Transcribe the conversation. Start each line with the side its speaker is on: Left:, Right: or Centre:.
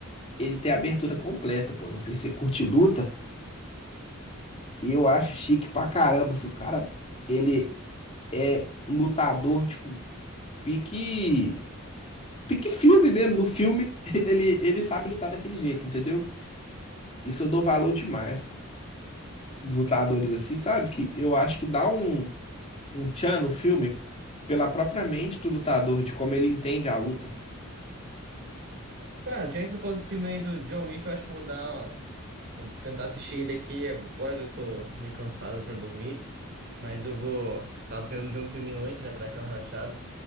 Left: ele tem a abertura completa, pô. Não sei se você curte luta. Eu acho chique pra caramba, filho. O cara, ele é lutador, tipo, pique. Pique filme mesmo. No filme, <laughs> ele, ele sabe lutar daquele jeito, entendeu? Isso eu dou valor demais, os lutadores assim, sabe? Que eu acho que dá um, um tchan no filme pela própria mente do lutador, de como ele entende a luta.
Right: Cara, já que você falou desse filme aí do John Wick, eu acho que eu vou dar uma... Vou tentar assistir ele aqui agora que eu tô meio cansado pra dormir. Mas eu vou. Tava querendo ver um filminho antes, né? Pra dar aquela relaxada.